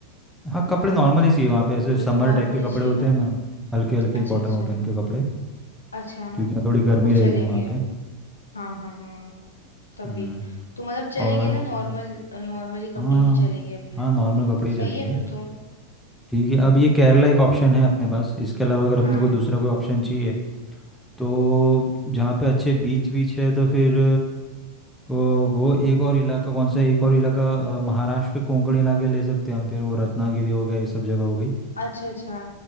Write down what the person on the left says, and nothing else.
हाँ
कपड़े
तो नॉर्मली
चाहिए
ना
अच्छा
अच्छा
अच्छा
वो चलेंगे
हाँ हाँ हाँ तभी
तो मतलब चलेंगे
ना नॉर्मल नॉर्मली कपड़े
भी चलेंगे अपने
सही
है फिर तो
हाँ
अच्छा अच्छा